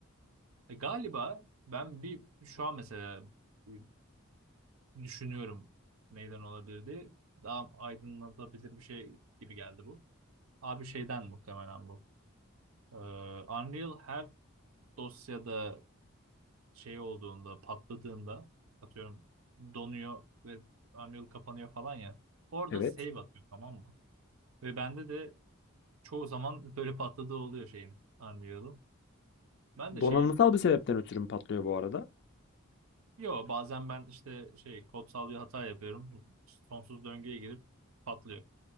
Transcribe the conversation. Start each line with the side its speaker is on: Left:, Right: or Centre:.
Right: E, galiba ben bir şu an mesela bir düşünüyorum neyden olabilirdi. Daha aydınlatabilir bir şey gibi geldi bu. Abi şeyden muhtemelen bu. Ee, Unreal her dosyada şey olduğunda, patladığında atıyorum donuyor ve Unreal kapanıyor falan ya. Orada
Left: Evet.
Right: save atıyor tamam mı? Ve bende de çoğu zaman <laughs> böyle patladığı oluyor şeyin Unreal'ın. Ben de
Left: Donanımsal
Right: şey
Left: bir sebepten ötürü mü patlıyor bu arada?
Right: Yo bazen ben işte şey kodsal bir hata yapıyorum. Sonsuz döngüye girip patlıyor.